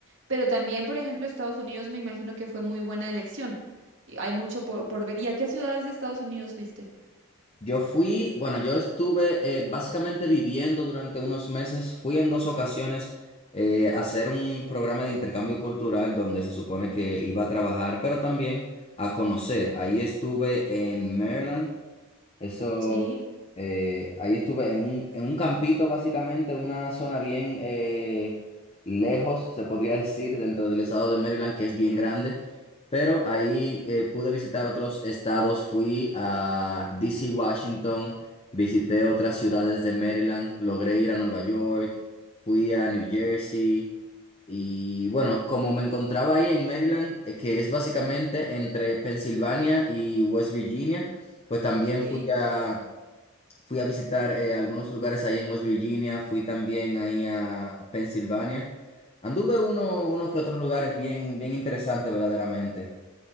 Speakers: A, on the right (about 60°); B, on the left (about 30°).
A: pero también, por ejemplo, Estados Unidos me imagino que fue muy buena elección. Y hay mucho por, por ver. ¿Y a qué ciudades de Estados Unidos fuiste?
B: Yo fui, bueno, yo estuve eh, básicamente viviendo durante unos meses. Fui en dos ocasiones eh, a hacer un programa de intercambio cultural donde se supone que iba a trabajar, pero también a conocer. Ahí estuve en Maryland. Eso
A: Sí,
B: Eh, ahí estuve en un, en un campito, básicamente, una zona bien eh, lejos, se podría decir, dentro del estado de Maryland, que es bien grande. Pero ahí eh, pude visitar otros estados, fui a DC, Washington, visité otras ciudades de Maryland, logré ir a Nueva York, fui a New Jersey. Y bueno, como me encontraba ahí en Maryland, eh, que es básicamente entre Pensilvania y West Virginia, pues también
A: sí.
B: fui a Fui a visitar eh, algunos lugares ahí en West Virginia, fui también ahí a Pensilvania. Anduve uno, unos que otros lugares bien, bien interesantes verdaderamente.